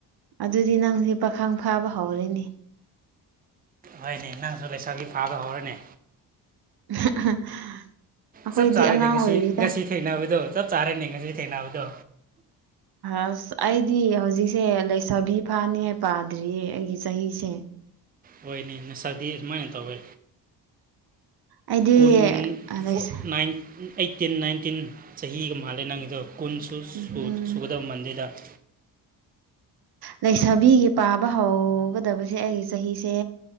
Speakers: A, on the right (about 60°); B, on the right (about 20°).
A: ꯑꯗꯨꯗꯤ ꯅꯪꯁꯦ ꯄꯥꯈꯈꯪ ꯐꯥꯕ ꯍꯧꯔꯦꯅꯤ
B: ꯍꯣꯏꯅꯦ ꯅꯪꯁꯨ ꯂꯩꯁꯥꯕꯤ ꯐꯥꯕ ꯍꯧꯔꯅꯦ
A: <unintelligible> ꯑꯩꯈꯣꯏꯗꯤ
B: ꯆꯞ ꯆꯥꯔꯦꯅꯦ
A: ꯑꯉꯥꯡ
B: ꯉꯁꯤ
A: ꯑꯣꯏꯔꯤꯗ
B: ꯉꯁꯤ ꯊꯦꯡꯅꯕꯗꯣ ꯆꯞ ꯆꯥꯔꯅꯦ ꯉꯁꯤ ꯊꯦꯡꯅꯕꯗꯣ
A: ꯑꯁ ꯑꯩꯗꯤ ꯍꯧꯖꯤꯛꯁꯦ ꯂꯩ ꯁꯥꯕꯤ ꯐꯥꯅꯤꯌꯦ ꯄꯥꯗ꯭ꯔꯤꯌꯦ ꯑꯩꯒꯤ ꯆꯍꯤꯁꯦ
B: ꯑꯣꯏꯅꯤ ꯅꯁꯥꯛꯗꯤ ꯁꯨꯃꯥꯏꯅ ꯇꯧꯋꯦ
A: ꯑꯩꯗꯤ
B: ꯀꯨꯟ
A: ꯂꯩꯁꯥ
B: ꯐꯣ ꯅꯥꯏꯟ ꯑꯩꯠꯇꯤꯟ ꯅꯥꯏꯟꯇꯤꯟ ꯆꯍꯤꯒ ꯃꯥꯜꯂꯦ ꯅꯪꯒꯤꯗꯣ ꯀꯨꯟꯁꯨ
A: ꯎꯝ ꯎꯝ
B: ꯁꯨꯒꯗꯕ ꯃꯟꯗꯦꯗ <inaudible>
A: ꯂꯩꯁꯥꯕꯤꯒꯤ ꯄꯥꯕ ꯍꯧꯒꯗꯕꯁꯦ ꯑꯩꯒꯤ ꯆꯍꯤꯁꯦ